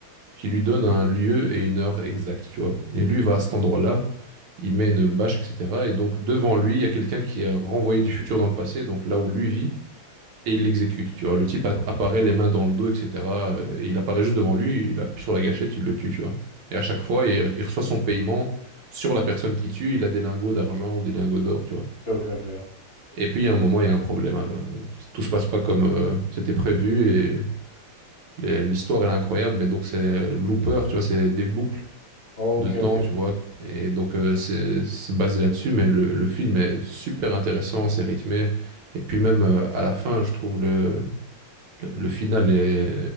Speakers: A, on the right; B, on the left.
A: qui lui donne un lieu et une heure exacte, tu vois. Et lui va à cet endroit-là, il met une bâche, etc. Et donc, devant lui, il y a quelqu'un qui est renvoyé du futur dans le passé, donc là où lui vit et il l'exécute, tu vois. Le type app- apparaît les mains dans le dos, etc. euh, Et il apparaît juste devant lui, il appuie sur la gâchette, il le tue, tu vois. Et à chaque fois, il, il reçoit son paiement sur la personne qui tue, il a des lingots d'argent ou des lingots d'or, tu vois.
B: Ok, ok, ok.
A: Et puis, il y a un moment, il y a un problème. euh, Tout se passe pas comme euh, c'était prévu et les- l'histoire est incroyable, mais donc c'est euh, looper, tu vois, c'est des boucles
B: Ok,
A: de temps,
B: ok.
A: tu vois.
B: Bon,
A: Et donc, euh, c'est c'est basé là-dessus, mais le, le film est super intéressant, c'est rythmé. Et puis même euh, à la fin, je trouve le, le final est,